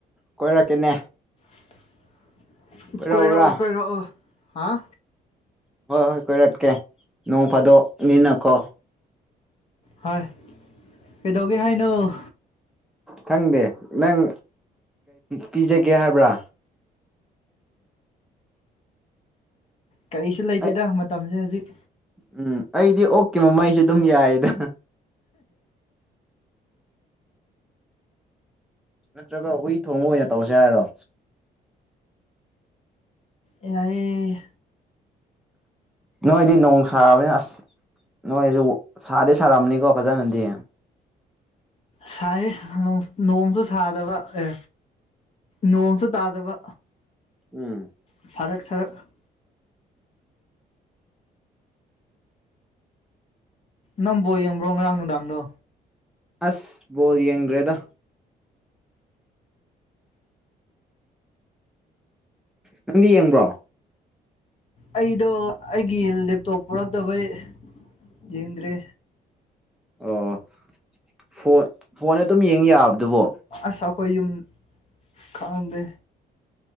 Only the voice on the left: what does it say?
<inaudible>
ꯀꯣꯏꯔꯛꯑꯣ ꯀꯣꯏꯔꯛꯑꯣ ꯍꯥꯥ
ꯍꯣꯏ ꯀꯩꯗꯧꯒꯦ ꯍꯥꯏꯅꯣ
ꯀꯔꯤꯁꯨ ꯂꯩꯇꯦꯗ
ꯃꯇꯝꯁꯦ ꯍꯧꯖꯤꯛ
ꯑꯦꯉꯗꯤ
ꯁꯥꯏ ꯅꯣꯡꯁꯨ ꯁꯥꯗꯕ ꯑꯦ ꯅꯣꯡꯁꯨ ꯇꯥꯗꯕ
ꯐꯔꯛ ꯁꯔꯛ ꯅꯪꯕꯣ ꯌꯦꯡꯕ꯭ꯔꯣ ꯉꯔꯥꯡ ꯅꯨꯡꯗꯥꯡꯗꯣ
ꯑꯩꯗꯣ ꯑꯩꯒꯤ ꯂꯦꯞꯇꯣꯞ ꯄꯨꯔꯛꯇꯕꯩ ꯌꯦꯡꯗ꯭ꯔꯦ
ꯑꯁ ꯑꯩꯈꯣꯏ ꯌꯨꯝ ꯈꯩꯗꯦ